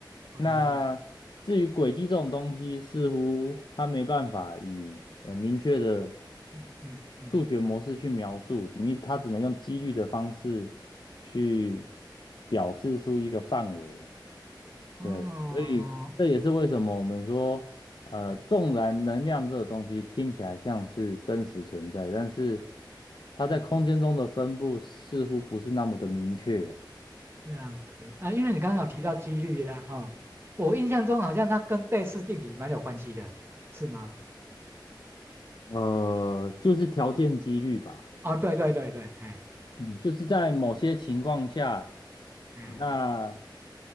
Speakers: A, on the right; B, on the left.
A: ，OK，
B: 那至于轨迹这种东西，似乎它没办法以呃明确的
A: 嗯嗯嗯，
B: 数学模式去描述，你它只能用几率的方式去表示出一个范围啊。
A: 哦，
B: 对，所以这也是为什么我们说，呃，
A: 嗯，
B: 纵然能量这个东西听起来像是真实存在，但是它在空间中的分布似乎不是那么的明确啊
A: 嗯这样子啊，因为你刚刚有提到几率呀、哈、我印象中好像它跟贝氏定理蛮有关系的，是吗？
B: 呃，就是条件几率吧。
A: 哦，对对对对，哎，
B: 嗯就是在某些情况下，
A: 哎，
B: 那